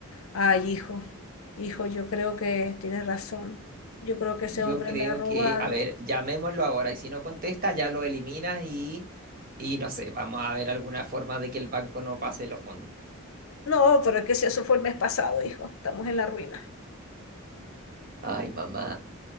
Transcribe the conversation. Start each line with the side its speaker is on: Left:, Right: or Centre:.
Left: Ay, hijo, hijo, yo creo que tienes razón. Yo creo que ese
Right: Yo
Left: hombre
Right: creo
Left: me ha robado.
Right: que, a ver, llamémoslo ahora y si no contesta ya lo eliminas y, y no sé, vamos a ver alguna forma de que el banco no pase los fondos.
Left: No, pero es que si eso fue el mes pasado, hijo. Estamos en la ruina.
Right: Ay, mamá,